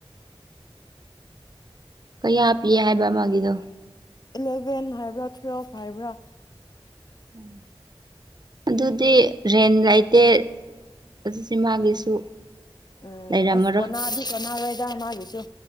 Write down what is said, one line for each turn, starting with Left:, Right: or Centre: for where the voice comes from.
Right: ꯀꯌꯥ ꯄꯤꯌꯦ ꯍꯥꯏꯕ ꯃꯥꯒꯤꯗꯣ
Left: ꯏꯂꯦꯚꯦꯟ ꯍꯥꯏꯕ꯭ꯔꯥ ꯇꯨꯋꯦꯜꯐ ꯍꯥꯏꯕ꯭ꯔꯥ
Right: ꯎꯝ ꯑꯗꯨꯗꯤ ꯔꯦꯟ ꯂꯩꯇꯦ ꯑꯗꯨꯗꯤ ꯃꯥꯒꯤꯁꯨ
Left: ꯎꯝ
Right: ꯂꯩꯔꯝꯃꯔꯣꯏ
Left: ꯑꯁ ꯀꯣꯅꯥꯗꯤ ꯀꯣꯟꯅꯔꯣꯏ ꯗꯥ ꯃꯥꯒꯤꯁꯨ